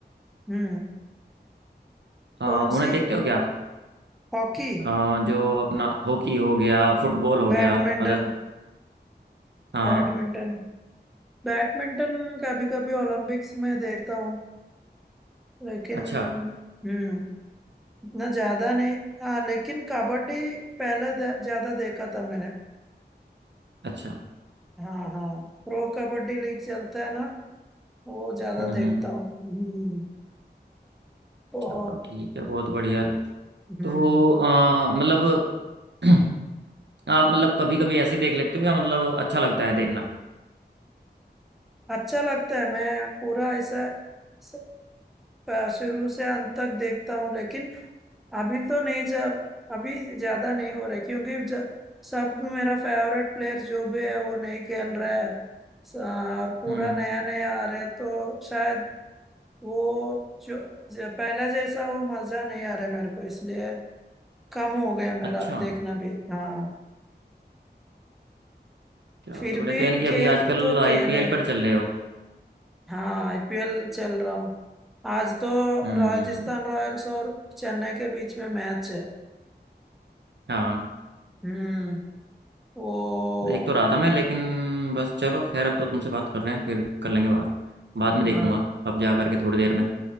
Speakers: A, in the centre; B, on the right (about 80°).
A: हम्म
B: अ,
A: कौन
B: उन्हें
A: सी
B: देखते हो क्या आप
A: हॉकी
B: अ, जो अपना हॉकी हो गया फुटबॉल हो
A: बैडमिंटन
B: गया अदर हाँ
A: बैडमिंटन बैडमिंटन कभी कभी ओलंपिक्स में देखता हूँ लेकिन
B: अच्छा
A: हम्म इतना ज्यादा नहीं हाँ लेकिन कबड्डी पहले दे- ज्यादा देखा था मैंने
B: अच्छा
A: हाँ हाँ प्रो कबड्डी लीग चलता है ना वो ज्यादा
B: हम्म
A: देखता
B: हम्म,
A: हूँ हम्म, तो
B: चलो ठीक है बहुत बढ़िया लग-
A: हम्म
B: तो अ, मतलब <clears throat> आप मतलब कभी कभी ऐसे देख लेते हो या मतलब अच्छा लगता है देखना
A: अच्छा लगता है मैं पूरा ऐसा स- प- शुरू से अंत तक देखता हूँ लेकिन अभी तो नहीं जब अभी ज्यादा नहीं हो रहा है, क्योंकि ज, सब मेरा फेवरेट प्लेयर जो भी है वो नहीं खेल रहा है स- और पूरा
B: हम्म
A: नया नया आ रहा है तो शायद वो जो, जो पहले जैसा वो मजा नहीं आ रहा है मेरे को इसलिए कम हो गया मेरा
B: अच्छा
A: देखना भी हाँ
B: चलो
A: फिर
B: बढ़िया
A: भी
B: तो यानी कि
A: खेल
B: अभी आजकल
A: तो
B: आईपीएल
A: खेल है
B: पर चल रहे हो
A: हाँ आईपीएल चल रहा हूँ आज तो
B: हम्म
A: राजस्थान रॉयल्स और चेन्नई के बीच में मैच है
B: हाँ
A: हम्म वो
B: देख तो रहा था मैं लेकिन बस चलो खैर अब तो तुमसे बात कर रहे हैं फिर कर लेंगे बात बाद में
A: हाँ
B: देखूंगा अब जा करके थोड़ी देर में